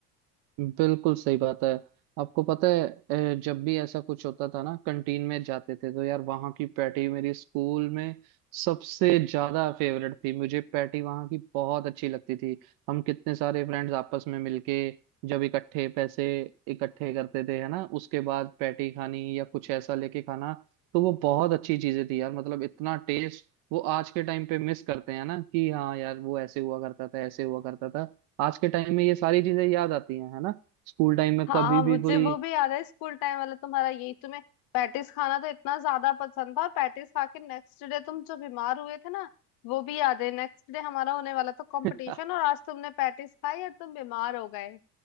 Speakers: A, on the right (about 45°); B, on the left (about 50°).
A: बिल्कुल सही बात है आपको पता है अ, जब भी ऐसा कुछ होता था ना कंटीन में जाते थे तो यार वहाँ की पैटी मेरी स्कूल में सबसे ज्यादा फेवरेट थी मुझे पैटी वहाँ की बहुत अच्छी लगती थी हम कितने सारे फ्रेंड्स आपस में मिलके जब इकट्ठे पैसे इकट्ठे करते थे है ना उसके बाद पैटी खानी या कुछ ऐसा लेके खाना तो वो बहुत अच्छी चीजें थी यार मतलब इतना टेस्ट वो आज के टाइम पे मिस करते हैं ना कि हाँ यार वो ऐसे हुआ करता था ऐसे हुआ करता था आज के टाइम में ये सारी चीजें याद आती हैं है ना स्कूल टाइम में
B: हाँ
A: कभी
B: मुझे
A: भी कोई
B: वो भी याद है स्कूल टाइम वाला तुम्हारा यही तुम्हें पैटिस खाना तो इतना ज्यादा पसंद था और पैटिस खा के नेक्स्ट डे तुम जो बीमार हुए थे ना वो भी याद है नेक्स्ट डे हमारा होने वाला था कंपटीशन
A: <laughs>
B: और आज तुमने पैटिस खाई और तुम बीमार हो गए